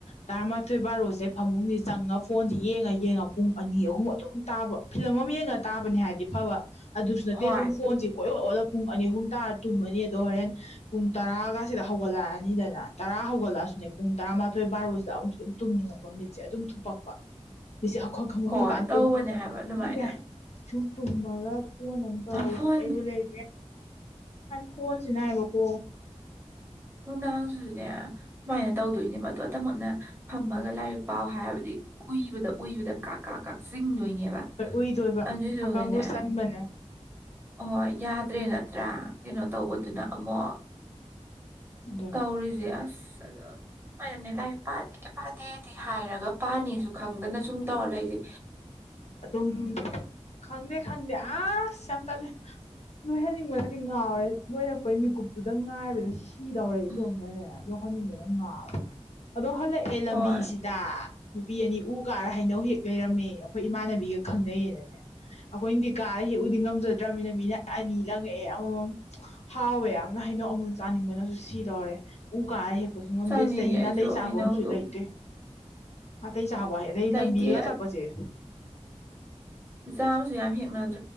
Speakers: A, on the left (about 70°); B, on the right (about 20°).
A: ꯇꯔꯥꯃꯥꯊꯣꯏ ꯕꯥꯔꯣꯁꯦ ꯐꯃꯨꯡꯗꯤ ꯆꯪꯉ ꯐꯣꯟꯁꯤ ꯌꯦꯡꯉ ꯌꯦꯡꯉꯄ ꯄꯨꯡ ꯑꯅꯤ ꯑꯍꯨꯝ ꯑꯗꯨꯝ ꯇꯥꯕ ꯐꯤꯂꯝ ꯑꯃ ꯌꯦꯡꯉꯒ ꯇꯥꯕꯅꯦ ꯍꯥꯏꯕꯗꯤ ꯐꯕ ꯑꯗꯨꯁꯨ ꯅꯠꯇꯦ
B: ꯍꯣꯏ
A: ꯑꯗꯨꯝ ꯐꯣꯟꯁꯦ ꯀꯣꯏ ꯑꯣꯜꯂꯒ ꯄꯨꯡ ꯑꯅꯤ ꯑꯍꯨꯝ ꯇꯨꯝꯃꯅꯤ ꯑꯗꯣ ꯍꯣꯔꯦꯟ ꯄꯨꯡ ꯇꯔꯥꯒꯁꯤꯗ ꯍꯧꯒꯠꯂꯛꯑꯅꯤꯗꯅ ꯇꯔꯥ ꯍꯧꯒꯠꯂꯛꯑꯁꯨꯅꯦ ꯄꯨꯡ ꯇꯔꯥ ꯇꯥꯃꯥꯊꯣꯏ ꯕꯥꯔꯣꯁꯤꯗ ꯑꯃꯨꯛꯁꯨ ꯑꯗꯨꯝ ꯇꯨꯝꯅꯤꯡꯉꯛꯄ ꯃꯤꯠꯁꯦ ꯑꯗꯨꯝ ꯊꯨꯞꯄꯛꯄ ꯃꯤꯁꯦ ꯑꯩꯈꯣꯏ ꯈꯪꯗꯦ
B: ꯍꯣꯏ
A: ꯍꯧꯖꯤꯛꯀꯥꯟ
B: ꯇꯧꯕꯅꯦ
A: ꯇ
B: ꯍꯥꯏꯕ ꯑꯗꯨꯃꯥꯏꯅ
A: ꯏ ꯌꯥꯏ ꯁꯨꯝ ꯇꯨꯝꯃꯒ ꯐꯣꯟ ꯑꯃ ꯇꯧꯔꯦ
B: ꯐꯣꯟ
A: ꯑꯩꯕꯨ ꯂꯩ ꯐꯣꯟꯁꯤꯅꯅꯥ ꯍꯥꯏꯕꯀꯣ
B: ꯅꯨꯡꯗꯥꯡꯁꯤꯁꯨꯅꯦ ꯁꯨꯃꯥꯏꯅ ꯇꯧꯗꯣꯏꯅꯦꯕ ꯑꯗꯣ ꯑꯇꯃꯛꯅ ꯐꯝꯃꯒ ꯂꯥꯏꯔꯤꯛ ꯄꯥꯎ ꯍꯥꯏꯕꯗꯤ ꯀꯨꯏꯕꯗ ꯎꯏꯕꯗ ꯀꯥ ꯀꯥ ꯀꯥ ꯆꯤꯡꯗꯣꯏꯅꯦꯕ
A: ꯎꯏꯗꯣꯏꯕ
B: ꯑꯗꯨꯗꯨꯒꯅꯦ
A: ꯍꯀꯝꯕꯨ ꯆꯟꯕꯅꯦ
B: ꯍꯣꯏ ꯌꯥꯗ꯭ꯔꯦ ꯅꯠꯇ꯭ꯔꯥ ꯀꯩꯅꯣ ꯇꯧꯕꯗꯨꯅ ꯑꯃꯨꯛ
A: ꯑꯗꯨꯅꯦ
B: ꯇꯧꯔꯤꯁꯦ ꯑꯁ ꯑꯗꯣ ꯑꯗꯨꯅꯦ ꯂꯥꯏ ꯄꯥꯗꯦ ꯄꯥꯗꯦꯗꯤ ꯍꯥꯏꯔꯒ ꯄꯥꯅꯤꯁꯨ ꯈꯪꯗꯅ ꯁꯨꯝ ꯇꯧꯔ ꯂꯩꯏꯁꯦ
A: ꯑꯗꯨꯝ ꯈꯪꯗꯦ ꯈꯪꯗꯦ ꯑꯁ ꯌꯥꯝ ꯇꯜꯂꯦ ꯂꯣꯏꯍꯟꯅꯤꯡꯕꯅꯗꯤ ꯉꯥꯎꯔꯦ ꯂꯣꯏꯔꯛꯄꯩ ꯃꯤꯀꯨꯞꯇꯨꯗ ꯉꯥꯏꯕꯗ ꯁꯤꯗꯧꯔꯦ ꯏꯇꯣꯝꯅꯅꯦ
B: ꯎꯝ
A: ꯌꯣꯛꯈꯠ ꯐꯅꯤ ꯑꯣꯏꯔ ꯉ ꯑꯗꯣ ꯍꯜꯂꯛꯑꯦ ꯂꯝꯕꯤꯁꯤꯗ
B: ꯍꯣꯏ
A: ꯅꯨꯄꯤ ꯑꯅꯤ ꯎ ꯀꯥꯔ ꯍꯩꯅꯧ ꯍꯦꯛ ꯂꯩꯔꯝꯃꯦ ꯑꯩꯈꯣꯏ ꯏꯃꯥꯟꯅꯕꯤꯒ ꯈꯪꯅꯩꯌꯦꯅꯅꯦ ꯑꯩꯈꯣꯏꯅꯗꯤ ꯀꯥꯔ ꯍꯦꯛꯎꯗꯤ ꯉꯝꯖꯗ꯭ꯔꯃꯤꯅ ꯃꯤꯅ ꯑꯅꯤ ꯂꯪꯉꯛꯑꯦ ꯑꯃꯃꯝ ꯍꯥꯎꯋꯦ ꯌꯥꯝꯅ ꯍꯩꯅꯣ ꯑꯃꯃꯨꯟ ꯆꯥꯅꯤꯡꯕꯅꯁꯨ ꯁꯤꯗꯧꯔꯦ ꯎ ꯀꯥꯔꯦ ꯍꯦꯛ ꯆꯄꯁꯨ ꯉꯝꯗꯦ
B: ꯆꯥꯅꯤꯡꯉꯦ
A: ꯆꯍꯤ ꯅꯥꯇꯩ
B: ꯑꯩꯁꯨ
A: ꯆꯥꯕ
B: ꯍꯩꯅꯧꯗꯣ
A: ꯑꯃꯁꯨ ꯂꯩꯇꯦ ꯑꯇꯩ ꯆꯥꯕ ꯍꯥꯏ ꯑꯗꯩ
B: ꯂꯩꯇꯦ
A: ꯂꯝꯕꯤꯒ ꯆꯠꯄꯁꯦ
B: ꯆꯥꯕꯁꯨ ꯌꯥꯝ ꯍꯦꯛꯅꯗꯦ